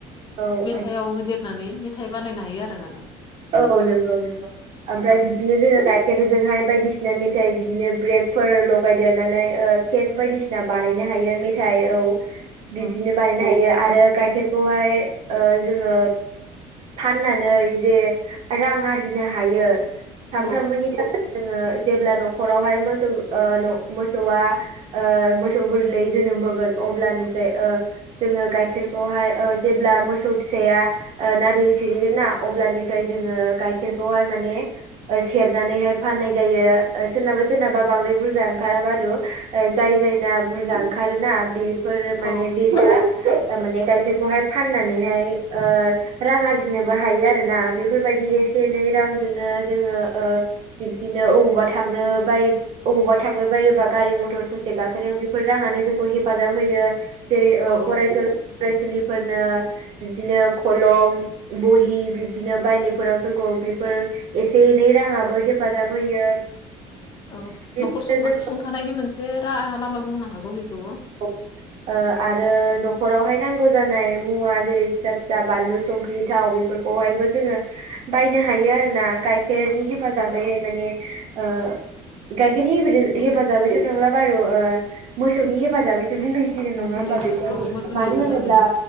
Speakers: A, on the right; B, on the left.
A: औ।
B: दैयाव होदेर नानै मेथाइ बानायनो हायो आरो माने।
A: औ नोंगौ नोंगौ। ओमफ्राय
B: औ
A: बिदिनो जोङो गाइखेरजोंहाय बायदिसिना मेथाइ बिदिनो ब्रेकफोर लगायदेरनानै ओ केक बायदिसिना बानायनो हायो मेथायाइ औ।
B: <inaudible>
A: बिदिनो बानायनो हायो आरो गाइखेरखौहाय जोङो फाननानै जे रां आरजिनो हायो सानफ्रामबोनि
B: औ
A: था जोङो जेब्ला न'खरावहाय मोसौ ओ मोसौआ ओ मोसौ गोरलै जोनोम होगोन अब्लानिफ्राय ओ जोङो गाइखेरखौहाय ओ जेब्ला मोसौ फिसाया नारि सिरिगोन ना अब्लानि फ्राय जोङो गाइखेरखौहाय माने सेरनानैहाय फाननाय जायो सोरनाबा सोरनाबा बांद्राय बुरजा ओंखारा बारु जाय जायना बुरजा ओंखारोना बे फोर माने
B: औ
A: बे <unintelligible> माने गायखेरखौहाय फाननानैहाय ओ रां आरजिनोबो हायो आरोना बेफोरबायदि एसे एनै रांजोंनो जोङो ओ बिबदिनो अबावबा थांनो बाय अबावबा थांबायबायोबा गारि मथर ससे गाखोनायाव बेफोर राङानो जोंखौ हेफाजाब होयो। जेरै
B: औ
A: फरायसुला फरायसुलिफोरनो बिदिनो खलम बहि बिदिनो बायनायफोराव जोंखौ बेफोर एसे एनै राङाबो हेफाजाब होयो।
B: औ
A: बिब्दिनो
B: न'खर
A: जों
B: सुंथानायनि मोनसे राहा लामा बुंनो हागौ बेखौबो
A: औ ओ आरो न'खरावहाय नांगौ जानाय मुवा जेरै फिसा फिसा बानलु संख्रि थाव बेफोरखौ बेहायबो जोङो बायनो हायो आरो ना गाइखेरनि हेफाजाबैहाय माने ओ गाइखेरनि
B: औ
A: हेफाजाबैथ' नंला बारु मोसौनि हेफाजाबैसो बुंदोंसै गिदिर नङा
B: मोसौनि
A: होमबा बेखौ
B: औ मोसौनि
A: मानो
B: हेफाजाब
A: होनोब्ला
B: होयो